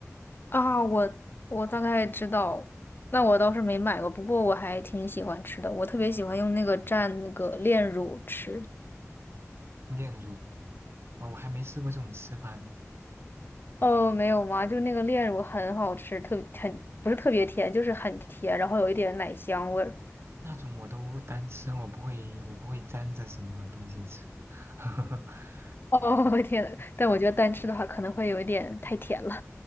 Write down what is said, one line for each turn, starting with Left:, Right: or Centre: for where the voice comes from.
Left: 啊，我我大概知道，那我倒是没买过，不过我还挺喜欢吃的，我特别喜欢用那个蘸那个炼乳吃。
Right: 炼乳啊，我还没试过这种吃法呢。
Left: 哦，没有吗？就那个炼乳很好吃，特很不是特别甜，就是很甜，然后有一点奶香味儿。
Right: 那种我都单吃，我不会，我不会沾着什么东西吃。<laughs>
Left: 哦，<laughs> 天呐，
Right: 嗯
Left: 但我觉得单吃的话可能会有一点太甜了。